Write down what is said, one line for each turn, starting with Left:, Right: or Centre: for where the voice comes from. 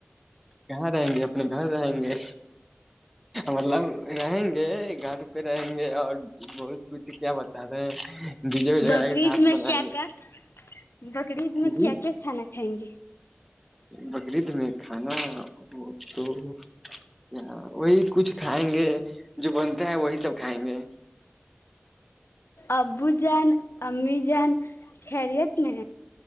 Centre: کہاں رہیں گے اپنے گھر رہیں گے مطلب رہیں گے گھر پہ رہیں گے اور بہت کچھ کیا بتا رہے ہیں ڈی جے وغیرہ
Left: بقرید
Centre: کے ساتھ
Left: میں
Centre: بنائیں
Left: کیا کیا بقرید
Centre: گے
Left: میں کیا کیا کھانا کھائیں گے
Centre: بکری عید میں کھانا وہ تو کیا وہی کچھ کھائیں گے جو بنتا ہے وہی سب کھائیں گے
Left: ابو جان امی جان خیریت میں